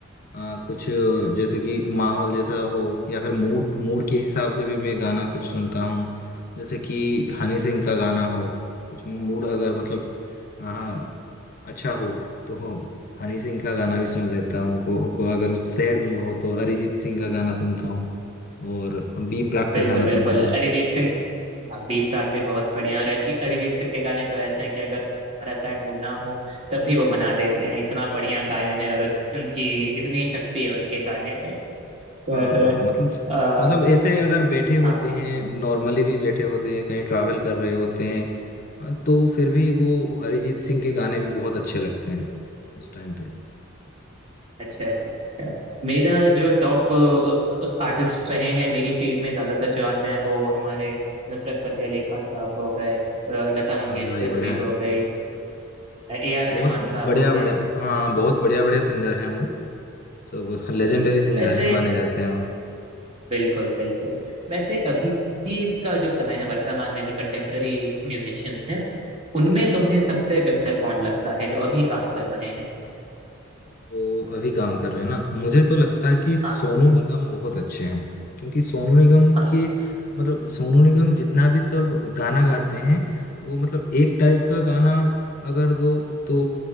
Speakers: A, on the left; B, on the right.
A: अ, कुछ जैसे कि माहौल जैसा हो या फिर मूड मूड के हिसाब से भी मैं गाना कुछ सुनता हूँ जैसे कि हनी सिंह का गाना हो कुछ मूड अगर मतलब हाँ अच्छा हो तो हो हनी सिंह का गाना भी सुन लेता हूँ को, को अगर सैड मूड हो तो अरिजीत सिंह का गाना सुनता हूँ और हम बी प्राक
B: बिल्कुल
A: का गाना
B: बिल्कुल
A: सुनता हूँ
B: अरिजीत सिंह हाँ, बीप राग भी बहुत बढ़िया है और अरिजी- अरिजीत सिंह के गाने तो ऐसे हैं कि अगर तुम्हारा सैड मूड ना हो तब भी वो बना देते हैं इतना बढ़िया गायन है और उत- उनकी इतनी शक्ति है उनके गाने में पर
A: हाँ हाँ मतलब
B: आ,
A: मतलब ऐसे अगर बैठे होते
B: हाँ
A: हैं नॉर्मली भी बैठे होते हैं कहीं ट्रैवल कर रहे होते हैं हाँ, तो फिर भी वो अरिजीत सिंह के गाने भी बहुत अच्छे लगते हैं उस टाइम पे
B: अच्छा अच्छा मेरा जो टॉप आर्टिस्ट रहे हैं मेरी फील्ड में ज्यादातर जो आते हैं वो हमारे नुसरत फतेह अली खान साहब हो गए अ, लता मंगेशकर
A: अरे भाई बढ़िया
B: जी
A: है
B: हो गई ए आर
A: बहुत
B: रहमान साहब
A: बढ़िया
B: हो
A: बढ़िया
B: गए
A: हाँ बहुत बढ़िया बढ़िया सिंगर हैं वो सब लेजेंडरी
B: अच्छा
A: सिंगर
B: वैसे
A: हैं माने जाते हैं वो
B: बिल्कुल बिल्कुल वैसे अभी का जो समय है वर्तमान में जो कंटेम्पररी म्यूजिशियंस हैं उनमें तुम्हें
A: हाँ
B: सबसे बेहतर कौन लगता है जो अभी काम कर रहे हैं
A: जो अभी काम कर रहे हैं ना मुझे तो लगता है कि सोनू
B: हाँ
A: निगम बहुत अच्छे हैं क्योंकि सोनू निगम
B: हाँ
A: के मतलब सोनू निगम जितना भी सब गाना गाते हैं वो मतलब एक टाइप का गाना अगर दो तो